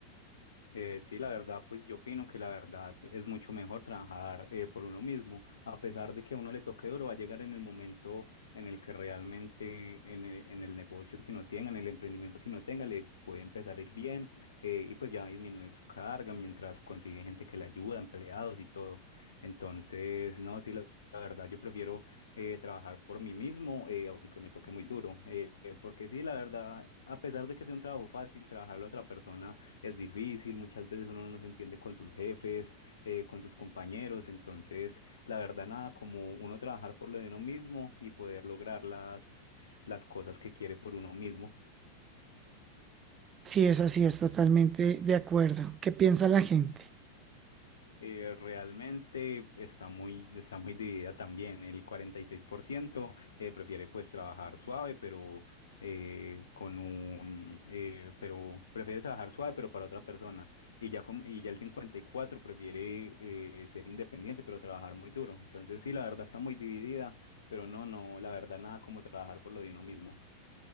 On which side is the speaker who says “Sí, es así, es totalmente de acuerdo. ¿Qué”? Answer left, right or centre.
Right